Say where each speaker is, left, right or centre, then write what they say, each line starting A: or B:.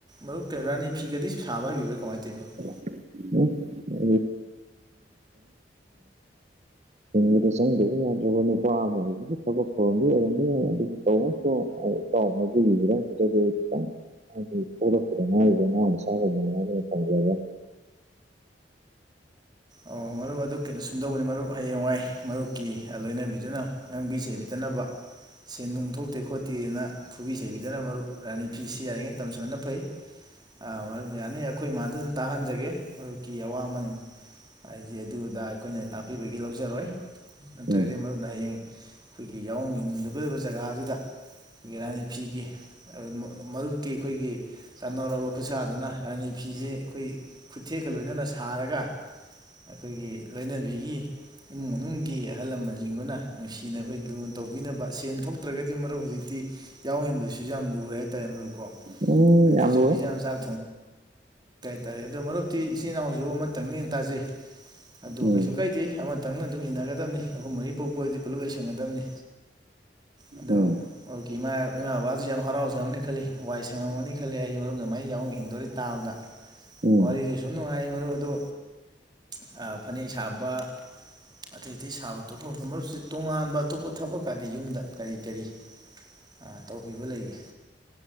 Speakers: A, on the right (about 25°); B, on the right (about 40°).
A: ꯃꯔꯨꯞ ꯀꯩꯔ ꯔꯥꯅꯤ ꯐꯤꯒꯗꯤ ꯁꯥꯕ ꯍꯩꯕ꯭ꯔꯥ ꯀꯃꯥꯏ ꯇꯧꯋꯤ ꯃꯔꯨꯞ
B: <unintelligible> ꯍꯤꯡꯕꯗ ꯆꯪꯗꯕ ꯌꯥꯗ꯭ꯔꯕ ꯅꯨꯄꯥ ꯑꯃ ꯑꯣꯏꯕꯒꯤ ꯊꯕꯛ ꯊꯧꯔꯝꯗꯤ <unintelligible> ꯇꯧꯏꯒꯨꯝꯕꯁꯨꯡ ꯑꯩ ꯏꯇꯥꯎ ꯃꯗꯨ ꯈꯤꯇꯪ ꯐꯖꯗꯦ ꯈꯤꯇꯪ ꯍꯥꯏꯗꯤ ꯄꯣꯛꯂꯛꯄꯗ ꯉꯥꯏꯔꯤꯕ ꯑꯉꯥꯥꯡ ꯃꯆꯥꯥꯒꯨꯝꯕꯅꯤ ꯍꯥꯏꯒꯅꯤ ꯐꯪꯖꯔꯦ
A: ꯑꯣ ꯃꯔꯨꯞ ꯑꯗꯨ ꯀꯩꯅꯣ ꯁꯨꯝꯗꯧꯕꯅꯤ ꯃꯔꯨꯞ ꯍꯌꯦꯡꯋꯥꯏ ꯃꯔꯨꯞꯀꯤ ꯍꯦ ꯂꯣꯏꯅꯕꯤꯗꯨꯅ ꯉꯥꯡꯕꯤ ꯆꯩꯕꯤꯗꯅꯕ ꯁꯦꯟ ꯅꯨꯡ ꯊꯣꯛꯇꯦ ꯈꯣꯠꯇꯦꯅ ꯐꯨꯕꯤ ꯆꯩꯕꯤꯗꯅ ꯃꯔꯨꯞ ꯔꯥꯅꯤ ꯐꯤꯁꯤ ꯌꯥꯔꯤꯉꯩ ꯇꯝꯁꯟ ꯅ ꯐꯩ ꯑꯥ ꯃꯔꯨꯞ ꯌꯥꯅꯤ ꯑꯩꯈꯣꯏ ꯃꯥꯗ ꯑꯗꯨꯝ ꯇꯥꯍꯟꯖꯒꯦ ꯃꯔꯨꯞꯀꯤ ꯑꯋꯥꯃꯟ ꯍꯥꯏꯗꯤ ꯑꯗꯨ ꯑꯗꯥ ꯑꯩꯈꯣꯏꯅ ꯇꯥꯛꯄꯤꯕꯒꯤ ꯂꯧꯖꯔꯣꯏ ꯅꯠꯇ꯭ꯔꯒꯗꯤ
B: ꯎꯝ
A: ꯃꯔꯨꯞ ꯍꯌꯦꯡ ꯑꯩꯈꯣꯏꯒꯤ ꯌꯥꯎꯑꯣꯡ ꯏꯂꯨꯒꯗꯕ ꯖꯒꯥ ꯑꯗꯨꯗ ꯒꯤꯔꯥꯅꯤ ꯐꯤꯒꯤ ꯑ ꯃ ꯃꯔꯨꯞꯀꯤ ꯑꯩꯈꯣꯏꯒꯤ ꯇꯅꯧꯔꯕ ꯈꯨꯠꯁꯥ ꯑꯗꯨꯅ ꯔꯥꯅꯤ ꯐꯤꯖꯤ ꯑꯩꯈꯣꯏ ꯈꯨꯠꯊꯦꯛꯀ ꯂꯣꯏꯅꯅ ꯁꯥꯔꯒ ꯑꯩꯈꯣꯏꯒꯤ ꯂꯣꯏꯅꯕꯤꯒꯤ ꯏꯃꯨꯡ ꯃꯅꯨꯡꯒꯤ ꯑꯍꯜ ꯂꯃꯟꯁꯤꯡꯗꯨꯅ ꯅꯨꯡꯁꯤꯅ ꯑꯩꯈꯣꯏ ꯂꯨꯅ ꯇꯧꯕꯤꯅꯕ ꯁꯦꯟ ꯊꯣꯛꯇ꯭ꯔꯒꯗꯤ ꯃꯔꯨꯞ ꯍꯨꯖꯤꯛꯇꯤ ꯌꯥꯎꯑꯣꯡ ꯏꯟꯕꯁꯤꯁꯨ ꯌꯥꯝ ꯂꯨꯔꯦ ꯍꯥꯏꯇꯥꯔꯦ ꯃꯔꯨꯞ ꯀꯣ
B: ꯎꯝ
A: ꯍꯥꯏ
B: ꯌꯥꯝ
A: ꯐꯤꯁꯨ
B: ꯂꯣꯏꯔꯦ
A: ꯐꯤꯖꯥꯝ ꯆꯥꯛ ꯊ <unintelligible> ꯑꯗꯣ ꯃꯔꯨꯞꯇꯤ ꯏꯆꯤꯜ ꯏꯅꯥꯎꯖꯨ ꯑꯃꯇꯪꯅꯦꯅ ꯇꯥꯖꯩ ꯑꯗꯨ
B: ꯎꯝ
A: ꯀꯩꯁꯨ ꯀꯥꯏꯗꯦ ꯑꯃꯇꯪꯅ ꯑꯗꯨꯝ ꯏꯟꯅꯒꯗꯕꯅꯤ ꯑꯍꯨꯝ ꯃꯔꯤ ꯄꯣꯛꯄ ꯑꯖꯤ ꯄꯨꯂꯞ ꯂꯩꯁꯟꯒꯗꯕꯅꯤ ꯑꯗꯣ
B: ꯎꯝ
A: ꯍꯧꯀꯤ ꯏꯃꯥ ꯏꯃꯥ ꯕꯥꯖꯤ ꯌꯥꯝ ꯍꯔꯥꯎꯖꯔꯝꯅꯤ ꯈꯜꯂꯤ ꯋꯥꯏ ꯁꯪꯉꯝꯒꯅꯤ ꯈꯜꯂꯤ ꯍꯥꯏꯗꯤ ꯃꯔꯨꯞꯅ ꯑꯃꯥꯏ ꯌꯥꯎꯑꯣꯡ ꯏꯟꯗꯣꯔꯤ ꯇꯥꯕꯗ
B: ꯎꯝ
A: ꯋꯥꯔꯤꯖꯨ ꯁꯨꯝ ꯅꯨꯡꯉꯥꯏ ꯃꯔꯨ ꯑꯗꯨ ꯑ ꯐꯅꯦꯛ ꯁꯥꯕ ꯑꯇꯩ ꯑꯇꯩ ꯁꯥꯕ ꯇꯣꯛꯊꯣꯛꯒ ꯃꯔꯨꯞꯁꯤ ꯇꯣꯉꯥꯟꯕ ꯑꯇꯣꯞꯄ ꯊꯕꯛꯀꯗꯤ ꯌꯨꯝꯗ ꯀꯔꯤ ꯀꯔꯤ ꯑ ꯇꯧꯕꯤꯕ ꯂꯩꯒꯦ